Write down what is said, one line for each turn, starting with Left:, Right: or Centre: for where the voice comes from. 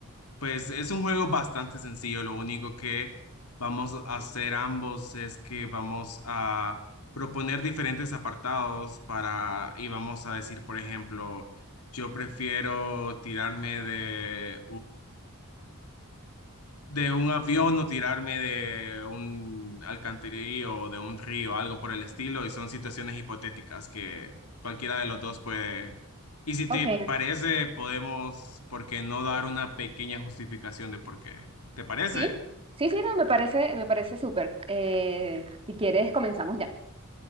Left: Pues es un juego bastante sencillo, lo único que vamos a hacer ambos es que vamos a proponer diferentes apartados para y vamos a decir, por ejemplo, yo prefiero tirarme de de un avión o tirarme de un alcantarillo o de un río, algo por el estilo, y son situaciones hipotéticas que cualquiera de los dos puede. Y si te
Right: Ok,
Left: parece, podemos, ¿por qué no dar una pequeña justificación de por qué? ¿Te parece?
Right: sí, sí, sí, no, me parece, me parece súper. Eh, si quieres, comenzamos ya.